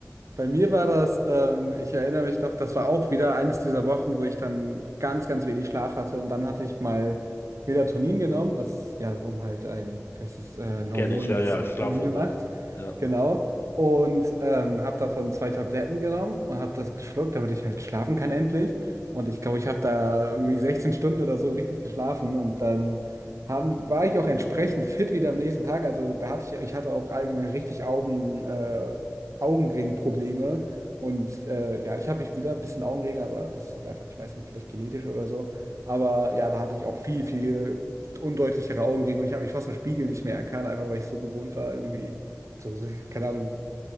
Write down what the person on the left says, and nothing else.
Kenn
ich, ja,
ja, Schlafhormon.
Ja.